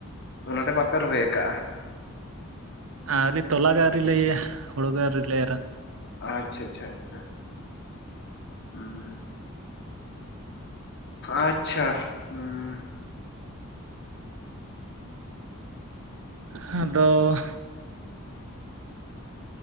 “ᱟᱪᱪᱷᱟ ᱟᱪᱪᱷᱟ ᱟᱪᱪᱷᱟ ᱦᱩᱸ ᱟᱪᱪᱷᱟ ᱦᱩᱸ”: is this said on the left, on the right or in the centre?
Left